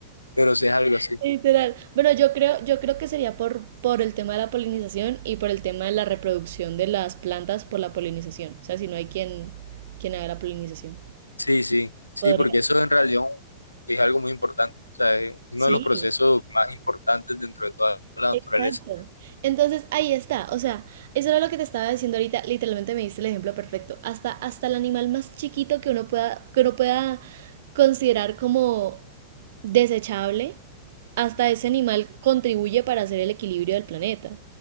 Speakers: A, on the left (about 90°); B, on the right (about 55°).
A: pero sí es algo así.
B: Literal. Bueno, yo creo, yo creo que sería por, por el tema de la polinización y por el tema de la reproducción de las plantas por la polinización. O sea, si no hay quien, quien haga la polinización.
A: Sí, sí, sí,
B: Podría.
A: porque eso en realidad un- es algo muy importante. O sea, es uno
B: Sí.
A: de los procesos más importantes dentro de toda la
B: Exacto.
A: naturaleza.
B: Entonces ahí está, o sea, eso era lo que te estaba diciendo ahorita, literalmente me diste el ejemplo perfecto. Hasta, hasta el animal más chiquito que uno pueda, que uno pueda considerar como desechable, hasta ese animal contribuye para hacer el equilibrio del planeta.